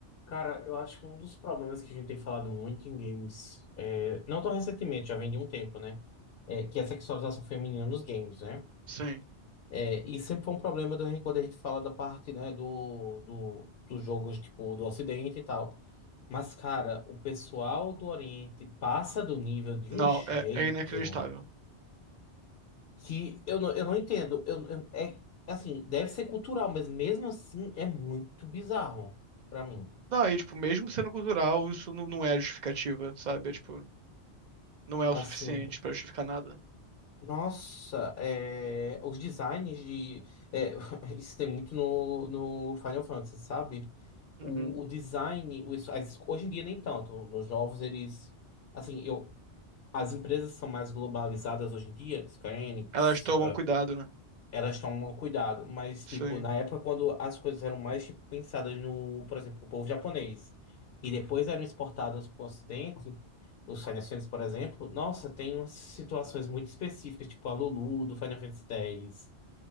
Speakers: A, on the left; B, on the right.
A: Cara, eu acho que um dos problemas que a gente tem falado muito em games, é, não tão recentemente, já vem de um tempo, né? É, que é a sexualização feminina nos games, né?
B: Sim.
A: É, e sempre foi um problema do- quando a gente fala da parte, né, do, do, dos jogos, tipo, do Ocidente e tal. Mas, cara, o pessoal do Oriente passa do nível de
B: Não,
A: um jeito
B: é, é inacreditável.
A: que eu não, eu não entendo. Eu, eu- é, é assim, deve ser cultural, mas mesmo assim é muito bizarro pra mim.
B: Não, e tipo, mesmo sendo cultural, isso não, não é justificativa, sabe? É, tipo, não é o
A: Assim.
B: suficiente pra justificar nada.
A: Nossa, é, os designs de. é, <laughs> isso tem muito no, no Final Fantasy, sabe?
B: Uhum.
A: O, o design, o- isso- as- hoje em dia nem tanto. Nos novos eles. Assim, eu, as empresas são mais globalizadas hoje em dia, Square Enix,
B: Elas tomam cuidado, né?
A: elas tomam cuidado, mas,
B: Sim.
A: tipo, na época quando as coisas eram mais, tipo, pensadas no, por exemplo, o povo japonês, e depois eram exportadas para o Ocidente, os Final Fantasy, por exemplo, nossa, tem umas situações muito específicas, tipo a Lulu do Final Fantasy X,